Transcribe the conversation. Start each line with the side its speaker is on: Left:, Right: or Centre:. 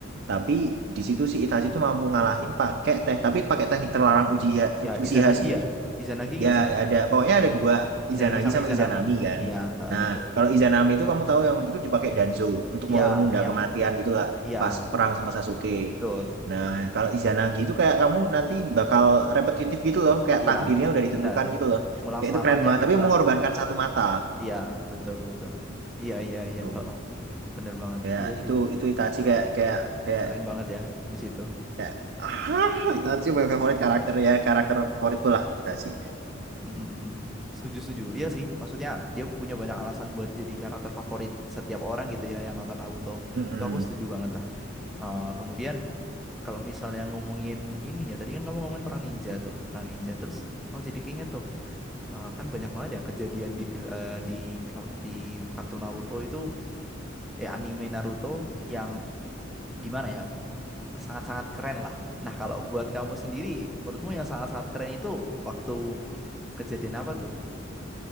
Right: tapi di situ si Itachi itu mampu ngalahin pakai teh, tapi pakai teknik terlarang Uchiha,
Centre: Ya
Right: Uchiha
Centre: Izanagi
Right: sih.
Centre: ya. Izanagi nggak
Right: Ya,
Centre: sih?
Right: ada pokoknya ada dua
Centre: Izanagi
Right: Izanagi
Centre: sama
Right: sama
Centre: Izanami.
Right: Izanami kan.
Centre: Iya, heeh,
Right: Nah,
Centre: betul.
Right: kalau Izanami itu kamu tahu yang itu dipakai Danzo untuk
Centre: Iya,
Right: menunda
Centre: yang
Right: kematian gitulah
Centre: iya,
Right: pas perang sama Sasuke.
Centre: betul.
Right: Nah, kalau Izanagi itu kayak kamu nanti bakal repetitif gitu loh, kayak
Centre: Iya,
Right: takdirnya udah ditentukan
Centre: benar.
Right: gitu loh.
Centre: Ngulang
Right: Kayak
Centre: selamanya
Right: itu keren banget,
Centre: gitu
Right: tapi
Centre: kan.
Right: mengorbankan satu mata.
Centre: Iya, betul, betul. Iya, iya, iya,
Right: Tuh.
Centre: heeh. Bener banget.
Right: Ya,
Centre: Iya sih.
Right: itu itu Itachi kayak kayak kayak
Centre: Keren banget ya di situ.
Right: kayak ah, Itachi my favorite karakter ya, karakter favoritku lah Itachi.
Centre: Mm-mm. Setuju, setuju. Iya sih, maksudnya dia punya banyak alasan buat jadi karakter favorit setiap orang gitu ya yang nonton Naruto.
Right: Mm-mm.
Centre: Itu aku setuju banget lah. Eh, kemudian kalau misalnya ngomongin ini ya, tadi kan kamu ngomongin perang ninja tuh, perang ninja. Terus aku jadi keinget tuh Eh, kan banyak banget ya kejadian di fil- eh, di kar- di kartu Naruto itu eh anime Naruto yang gimana ya sangat-sangat keren lah. Nah kalau buat kamu sendiri, menurutmu yang sangat-sangat keren itu waktu kejadian apa tuh?